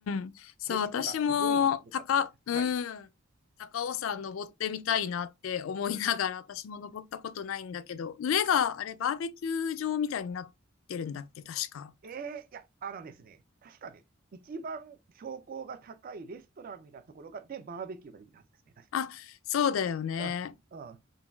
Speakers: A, on the left; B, on the right.
A: ん。そう、
B: 景色がすごい良かったです。
A: 私も、高、うん。
B: はい。
A: 高尾山登ってみたいなって思いながら、私も登ったことないんだけど、上が、あれ、バーベキュー場みたいになってるんだっけ、確か。
B: ええいや、あのですね、確かね、一番標高が高いレストランみたいなところが、で、バーベキューができるはずですね、確か。
A: あ、そうだよね。
B: うん、うん、